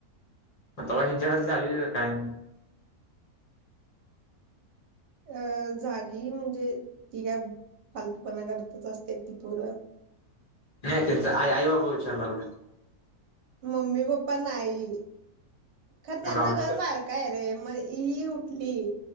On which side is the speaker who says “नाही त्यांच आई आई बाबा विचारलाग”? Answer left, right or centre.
Left